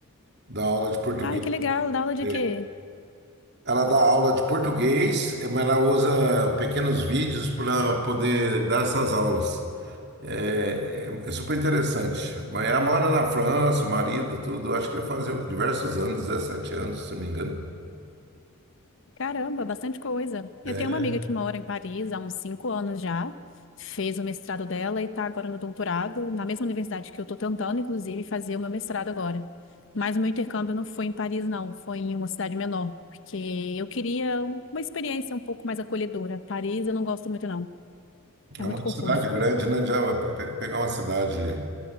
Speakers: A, on the right; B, on the left.
A: dá aula de português.
B: Ai, que legal! Dá aula de
A: É,
B: quê?
A: Ela dá aula de português, eh, mas ela usa pequenos vídeos para poder dar essas aulas. É, é- é super interessante. Mas ela mora na França, o marido, tudo. Acho que já faz diversos anos, 17 anos, se não me engano.
B: Caramba, bastante coisa. Eu
A: É,
B: tenho uma amiga que mora em Paris há uns cinco anos já, fez o mestrado dela e está agora no doutorado, na mesma universidade que eu estou tentando, inclusive, fazer o meu mestrado agora. Mas o meu intercâmbio não foi em Paris, não, foi em uma cidade menor, porque eu queria uma experiência um pouco mais acolhedora. Paris eu não gosto muito, não. É
A: é
B: muito
A: uma
B: confuso.
A: cidade grande, né? Já pe- pe- pegar uma cidade.